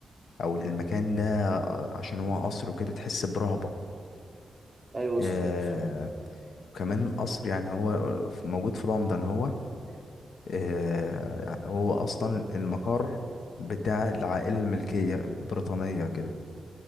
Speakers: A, on the left; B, on the right.
A: او المكان ده آه، عشان هو قصر وكده تحس برهبة
B: ايوه يا
A: آه،
B: صديقي فاهم
A: وكمان قصر يعني هو في- موجود في لندن هو آه، يعني هو اصلا المقر بتاع العائلة الملكية البريطانية كده